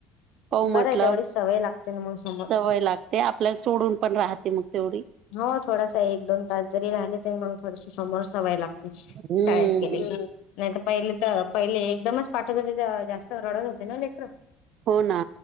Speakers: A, on the right; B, on the left.
A: हो म्हटलं
B: बरं आहे तेवढी सवय लागते ना मग समोर
A: सवय लाग ते आपल्याला सोडून पण राहते मग तेवढी
B: हो थोडासा एक दोन तास जरी राहिले तरी मग थोडशी समोर सवई लाग शाळेत
A: हम्म
B: गेले की नाही तर पहिले त पहिले एकदमच पाठत होते तेंव्हा जास्त रडत होते ना लेकर.
A: हो ना.